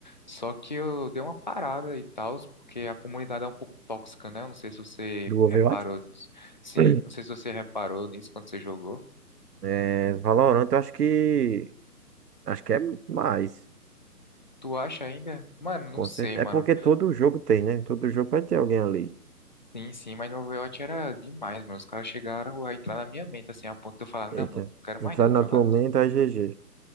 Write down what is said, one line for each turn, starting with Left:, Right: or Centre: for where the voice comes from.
Left: Só que eu dei uma parada e tal, porque a comunidade é um pouco tóxica, né? Eu Não sei se você
Right: do Overwatch.
Left: reparou nisso. Sim,
Right: <clears throat>
Left: não sei se você reparou nisso quando você jogou.
Right: É, Valorant, eu acho que. Acho que é mais.
Left: Tu acha ainda? Mano, não
Right: Com
Left: sei,
Right: cer- É
Left: mano.
Right: porque todo jogo tem, né? Todo jogo vai ter alguém ali.
Left: Sim, sim, mas no Overwatch era demais, mano. Os caras chegaram a entrar na minha mente, assim, a ponto de eu falar, não,
Right: Eita.
Left: mano, não quero
Right: Entrar
Left: mais não
Right: na
Left: jogar.
Right: tua mente, aí GG.